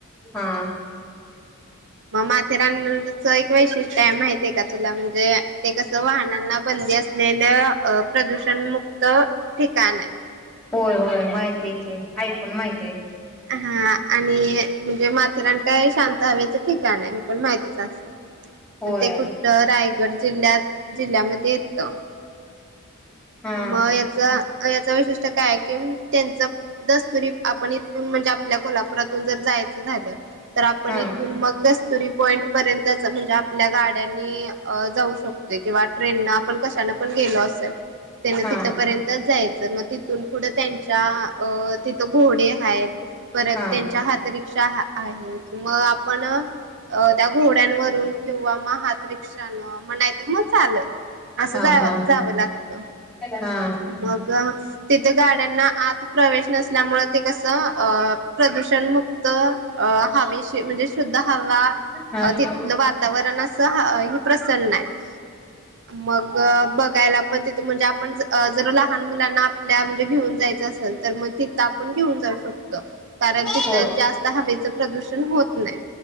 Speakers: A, in the centre; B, on the right (about 55°).
A: हा
B: मग माथेरानच एक वैशिष्ट्य आहे माहतीय का तुला म्हणजे ते कसं वाहनांना बंदी असलेलं अ प्रदूषण मुक्त ठिकाण आहे
A: होय होय माहिती कि आहे क ऐकून माहित आहे
B: हा हा आणि म्हणजे माथेरान काय शांत हवेचं ठिकाण आहे हे पण माहतीच अस असं
A: होय
B: मग ते कुठं रायगड जिल्ह्यात जिल्ह्यामध्ये येत.
A: हा
B: मग याच याच वैशिष्ट्य काय आहे कि त्यांच दस्तुरी आप ण इथून म्हणजे आपल्या कोल्हापुरातून जर जायचं झालं तर आपण
A: हा
B: इथून मग दस री पॉईंट पर्यंत म्हणजे आपल्या गाड्यांनी जाऊ शक किंवा ट्रेन न आपण कश पण गेलो असेल त्या
A: हा
B: तिथ पर्यंत जायचं मग तिथं तिून पुढं त्यांच्या अ तिथं घोडे आहेत परत
A: हा
B: त्यांच्या हातरिक्षा आहे मग आपण त्या घोड्यांवरून किंवा म हात रिक्षान ला म नाहीतर मग चालत
A: हा
B: असं जा
A: हा
B: जावं लागत.
A: हा
B: मग तिथे गाड्यांना आत प्रवेश नसल्यामुळे ते कसं अ प्रदूषणमुक्त अ हवेशी म्हणजे दहावा
A: हा
B: तिथलं वातावरण अस हा इथ प्रसन्न आहे मग बघायला पण तिथ म्हणजे आपण ज जर लहान मुलांना आपल्या म्हणजे घेऊन जायचं असेल तर मग तिथं आपण घेऊन जाऊ शकतो. कारण तिथं
A: हो
B: जास्त हवेचं प्रदूषण होत नाही